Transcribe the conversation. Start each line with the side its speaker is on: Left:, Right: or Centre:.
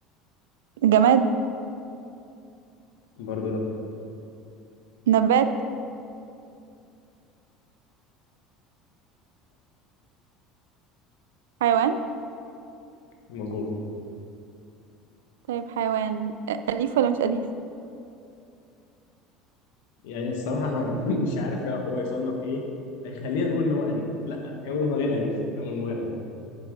Right: جماد
Left: برضه لا
Right: نبات حيوان
Left: مظبوط
Right: طيب حيوان أ- أليف ولا مش أليف
Left: يعني الصراحة أنا <laughs> مش عارف هو يصنف إيه لكن خلينا نقول إن هو أليف لا خلينا نقول إن هو غير أليف خلينا نقول إن هو غير أليف